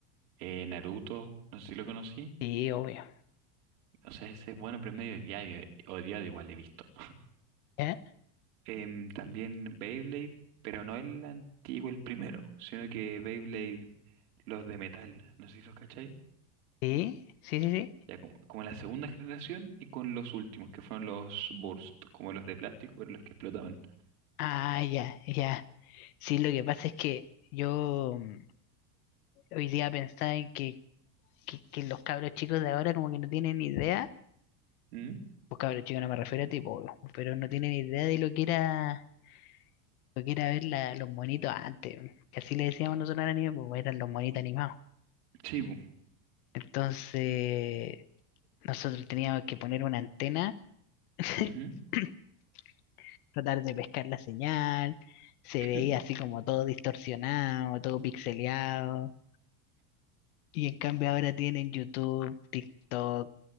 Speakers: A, on the right; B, on the left.
A: eh, Naruto, no sé si lo conocí.
B: Sí, obvio.
A: O sea, ese es bueno, pero es medio odiado, odiado igual he visto. <laughs>
B: ¿Ya?
A: Em, también Beyblade, pero no el antiguo, el primero, sino que Beyblade, los de metal, no sé si los cachai.
B: Sí, sí, sí, sí.
A: Ya como, como la segunda generación y con los últimos, que fueron los Burst, como los de plástico, pero los que explotaban.
B: Ah, ya, ya. Sí, lo que pasa es que yo mm, hoy día pensaba en que, que, que los cabros chicos de ahora como que no tienen ni idea
A: ¿Mm?
B: Pues cabros chicos, no me refiero a ti, po, weón, pero no tienen idea de lo que era, lo que era ver la- los monitos antes, weón, que así le decíamos nosotros al anime, pues eran los monitos animados.
A: Sí, bu.
B: Entonces, nosotros teníamos que poner una antena, <coughs>
A: Ujú.
B: <laughs> tratar de pescar la señal, se
A: <laughs>
B: veía así como todo distorsionado, todo pixeleado. Y en cambio ahora tienen YouTube, TikTok,